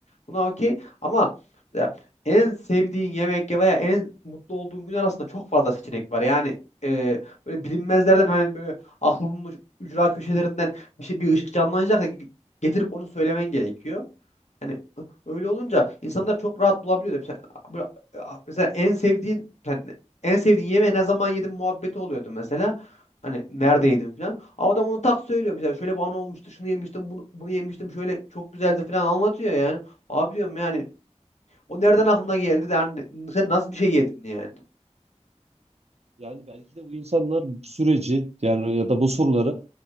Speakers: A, on the left; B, on the right.
A: Buna okey ama ya en sevdiğin yemek ya veya en mutlu olduğun gün arasında çok fazla seçenek var. Yani e, böyle bilinmezlerden hani böyle aklının uç- ücra köşelerinden bir şey bir ışık canlanacak da ge- getirip onu söylemen gerekiyor. Hani ö- öyle olunca insanlar çok rahat bulabiliyor. da. Mesela, böyle, a- mesela en sevdiğin yani en sevdiğin yemeği ne zaman yedin muhabbeti oluyordu mesela. Hani nerede yedin falan. Ama Adam onu tak söylüyor mesela. Şöyle bana olmuştu, şunu yemiştim, bunu, bunu yemiştim, şöyle çok güzeldi falan anlatıyor yani. Abi diyorum yani o nereden aklına geldi de hani sen nasıl bir şey yedin yani.
B: Yani belki de bu insanlar bu süreci yani ya da bu soruları